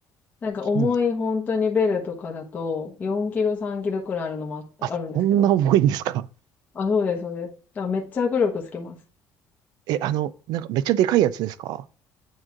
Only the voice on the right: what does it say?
金属
あ、
そんな重いんですか
え、あの、なんかめっちゃでかいやつですか